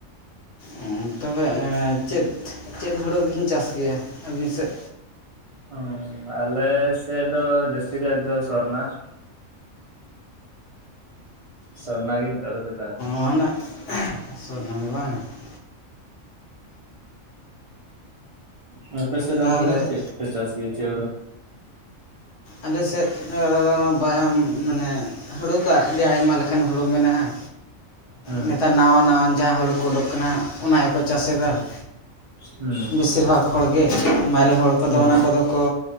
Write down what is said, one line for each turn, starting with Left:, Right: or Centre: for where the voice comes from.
Left: <inaudible> ᱛᱚᱵᱮ ᱪᱮᱫ ᱪᱮᱫ ᱦᱳᱲᱳ ᱵᱤᱱ ᱪᱟᱥ ᱜᱮᱭᱟ ᱟᱹᱵᱤᱱ ᱥᱮᱜ?
Right: <inaudible> ᱟᱞᱮ ᱥᱮᱫ ᱫᱚ ᱡᱟᱹᱥᱛᱤ ᱠᱟᱭ ᱫᱚ ᱥᱚᱨᱱᱟ ᱾ ᱥᱚᱨᱱᱟ ᱜᱤ ᱱᱤᱛᱚᱜ ᱫᱚᱠᱚ ᱪᱟᱥ ᱫᱟ ᱾
Left: <unintelligible> ᱥᱚᱨᱱᱟ ᱜᱮ ᱵᱟᱝᱼᱟ ᱾
Right: ᱦᱩᱸ ᱟᱯᱮᱥᱮᱫ
Left: ᱛᱟᱦᱚᱞᱮ
Right: ᱚᱱᱛᱮ ᱫᱚ ᱪᱮᱜ ᱯᱮ ᱪᱟᱥ ᱜᱮᱭᱟ ᱪᱮ ᱦᱳᱲᱳ?
Left: ᱟᱞᱮ ᱥᱮᱫ <inaudible> ᱢᱟᱱᱮ ᱦᱳᱲᱳ ᱫᱚ ᱟᱹᱰᱤ ᱟᱭᱢᱟ ᱞᱮᱠᱟᱱ ᱦᱳᱲᱳ ᱢᱮᱱᱟᱜᱼᱟ᱾
Right: ᱦᱩᱸ
Left: ᱱᱮᱛᱟᱨ ᱱᱟᱣᱟ ᱱᱟᱣᱟ ᱡᱟᱦᱟᱸ ᱦᱳᱲᱳ ᱠᱚ ᱩᱰᱳᱠ ᱠᱟᱱᱟ ᱚᱱᱟ ᱜᱮᱠᱚ ᱪᱟᱥ ᱮᱫᱟ ᱾
Right: ᱦᱩᱸ
Left: ᱵᱮᱥᱤᱨ ᱵᱷᱟᱜᱽ ᱦᱚᱲᱜᱮ ᱢᱟᱨᱮ ᱦᱚᱲ ᱠᱚᱫᱚ
Right: ᱦᱩᱸ
Left: ᱚᱱᱟ ᱠᱚᱫᱚ ᱠᱚ